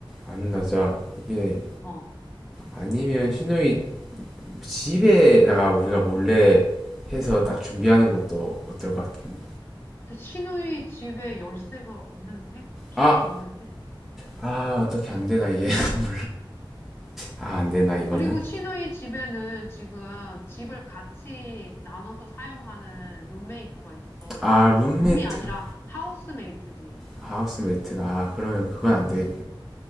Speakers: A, in the centre; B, on the left.
A: 안 나자 이게
B: 어,
A: 아니면 신우이 집에다가 우리가 몰래 해서
B: 어.
A: 딱 준비하는 것도 어떨 것 같은데.
B: 그래서 시누이 집에 열쇠가 없는데? 키가
A: 아!
B: 없는데?
A: 아, 어떻게 안 되나, 이게. <laughs> 아, 안 되나, 이거는?
B: 그리고 시누이 집에는 지금 집을 같이 나눠서 사용하는 룸메이트가 있어.
A: 아, 룸메이트가.
B: 룸이 아니라 하우스메이트지.
A: 아, 하우스메이트가. 아, 그러면 그건
B: 응.
A: 안 되겠네.